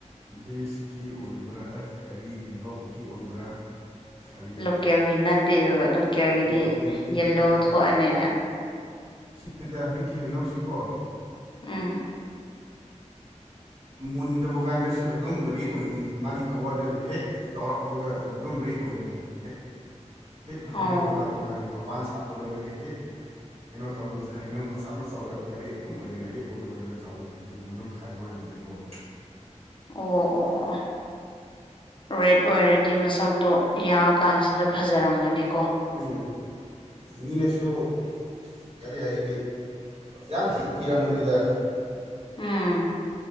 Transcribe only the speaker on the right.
ꯗꯦꯁꯀꯤ ꯑꯣꯏꯕ꯭ꯔꯥ ꯀꯔꯤꯒꯤ ꯕ꯭ꯂꯣꯛꯀꯤ ꯑꯣꯏꯕ꯭ꯔꯥ ꯈꯪꯗ꯭ꯔꯦ
ꯂꯣꯀꯦꯜꯒꯤꯗꯤ
ꯅꯠꯇꯦ
ꯁꯤꯗ ꯍꯨꯏꯛꯀꯤ ꯍꯩꯅꯧꯁꯤꯀꯣ
ꯃꯨꯟꯗꯕ ꯀꯥꯟꯗꯁꯨ ꯑꯗꯨꯝ ꯔꯦꯠ ꯑꯣꯏꯒꯅꯤ ꯃꯥꯒꯤ ꯀꯋꯥꯔꯗꯨ ꯍꯦꯛ ꯆꯥꯎꯔꯛꯄꯒ ꯑꯗꯨꯝ ꯔꯦꯠ ꯂꯣꯏꯔꯅꯤ ꯍꯦꯛ ꯍꯦꯛ ꯍꯩꯅꯧ
ꯑꯣꯜꯂꯛꯄ ꯀꯥꯟꯗ ꯃꯄꯥꯟ ꯁꯥꯠꯄ ꯂꯣꯏꯔꯒ ꯍꯦꯛ ꯀꯩꯅꯣ ꯇꯧꯕꯗꯨꯗ ꯍꯩꯅꯧ ꯃꯆꯥ ꯃꯆꯥ ꯑꯣꯏꯔꯛꯅꯤꯅ ꯔꯦꯠ ꯑꯗꯨꯝ ꯑꯣꯏꯔꯅ ꯔꯦꯠ ꯑꯣꯏ ꯑꯣꯏꯔꯒ ꯆꯥꯎꯋꯤꯅꯤ ꯑꯗꯨꯒ ꯃꯅꯨꯡ ꯈꯥꯏꯕ ꯀꯥꯟꯗꯗꯤ ꯌꯦꯂꫭ
ꯎꯝ ꯃꯤꯅꯁꯨꯣ ꯒꯥꯔꯤ ꯍꯥꯏꯒꯅꯤ ꯌꯥꯝ ꯍꯤꯛ ꯄꯤꯔꯝꯕꯅꯤꯗ